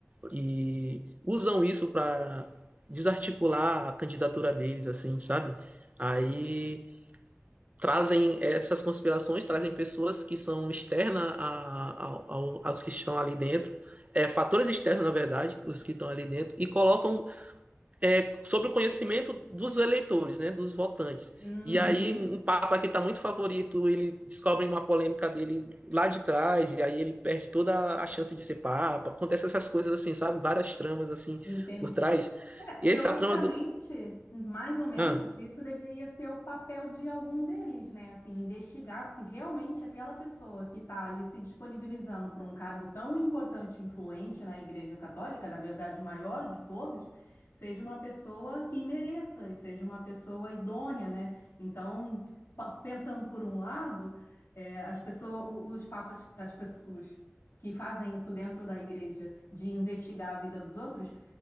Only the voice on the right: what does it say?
e usam isso para desarticular a candidatura deles, assim, sabe? Aí trazem essas conspirações, trazem pessoas que são externas a- a- ao- aos que estão ali dentro, é, fatores externos, na verdade, os que estão ali dentro, e colocam é, sobre o conhecimento dos eleitores, né, dos votantes.
E aí, um papa que está muito favorito, ele descobre uma polêmica dele lá de trás, e aí ele perde toda a chance de ser papa. Acontece essas coisas assim, sabe? Várias tramas assim
por trás.
E essa trama do.
Ah.